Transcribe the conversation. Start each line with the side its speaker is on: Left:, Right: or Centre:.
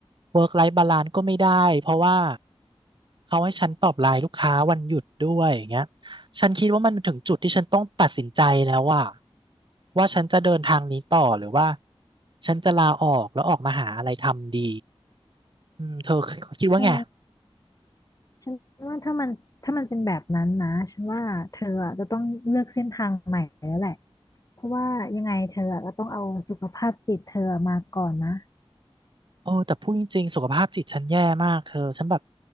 Right: work life balance ก็ไม่ได้เพราะว่าเขาให้ฉันตอบไลน์ลูกค้าวันหยุดด้วยอย่างเงี้ยฉันคิดว่ามันถึงจุดที่ฉันต้องตัดสินใจแล้วว่าว่าฉันจะเดินทางนี้ต่อหรือว่าฉันจะลาออกแล้วออกมาหาอะไรทำดีอืมเธอคิดว่าไง
Left: เธอฉันว่าถ้ามันถ้ามันเป็นแบบนั้นนะฉันว่าเธออะจะต้องเลือกเส้นทางใหม่แล้วแหละเพราะว่ายังไงเธออะก็ต้องเอาสุขภาพจิตเธอมาก่อนนะ
Right: โอ้แต่พูดจริงๆสุขภาพจิตฉันแย่มากเธอฉันแบบ